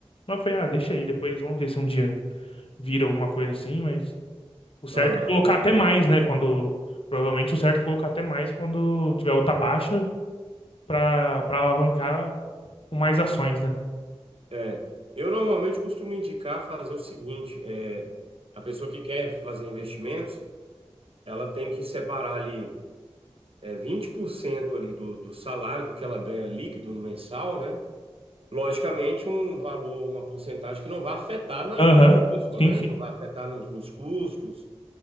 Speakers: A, on the left (about 60°); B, on the right (about 60°).
A: Mas eu falei, ah, deixa aí, depois vamos ver se um dia vira alguma coisa assim, mas o certo
B: Aham.
A: é colocar até mais, né? Quando, provavelmente o certo é colocar até mais quando tiver outra baixa pra, pra alavancar com mais ações, né?
B: É. Eu normalmente costumo indicar fazer o seguinte: é, a pessoa que quer fazer investimentos, ela tem que separar ali é, 20% ali do, do salário, do que ela ganha líquido no mensal, né? Logicamente, um valor, uma porcentagem que não vai afetar na
A: Aham,
B: vida da pessoa,
A: Sim,
B: né?
A: sim.
B: Não vai afetar nos, nos custos,